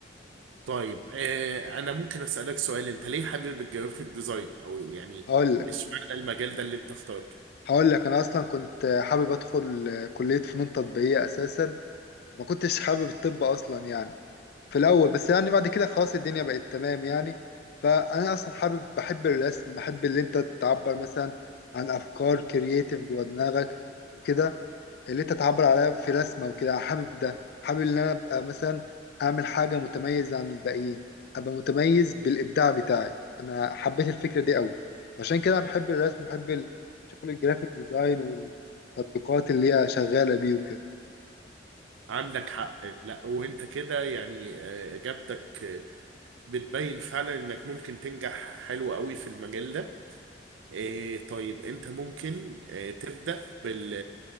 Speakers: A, on the right (about 85°); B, on the left (about 55°).
A: طيب إيه انا ممكن اسألك سؤال انت ليه حابب الجرافيك ديزاين او يعني
B: هقول لك
A: اشمعنى المجال ده اللي انت اخترته
B: هقول لك انا اصلا كنت حابب ادخل كليه فنون تطبيقيه اساسا ما كنتش حابب الطب اصلا يعني في الاول بس يعني بعد كده خلاص الدنيا بقت تمام يعني فانا اصلا حابب بحب الرسم بحب اللي انت تعبر مثلا عن افكار كرييتيف جوه دماغك وكده اللي انت تعبر عليها في رسمة وكده حابب ده حابب ان انا ابقى مثلا اعمل حاجة متميزة عن الباقيين ابقى متميز بالابداع بتاعي انا حبيت الفكرة دي قوي فعشان كده بحب الرسم بحب الشغل الجرافيك ديزاين والتطبيقات اللي هي شغالة بيه وكده
A: عندك حق لا وانت كده يعني آه، اجابتك آه، بتبين فعلا انك ممكن تنجح حلو قوي في المجال ده إيه طيب انت ممكن آه، تبدأ بال